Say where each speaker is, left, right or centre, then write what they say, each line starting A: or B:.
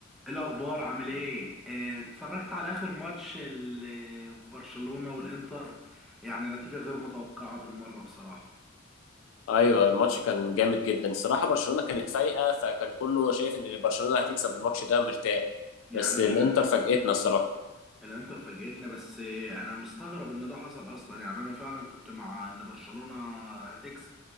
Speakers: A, in the centre; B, on the left (about 70°).
A: إيه الاخبار عامل ايه آه، اتفرجت على اخر ماتش ال- آه، برشلونة والانتر يعني نتيجة غير متوقعة بالمرة بصراحة
B: ايوه الماتش كان جامد جدا الصراحه برشلونه كانت فايقه فكان كله شايف ان برشلونه هتكسب الماتش ده مرتاح
A: يعني
B: بس
A: انا
B: الانتر فاجئتنا الصراحه
A: الانتر فاجئتنا بس آه، انا مستغرب ان ده حصل اصلا يعني انا فعلا كنت مع ان برشلونة هتكسب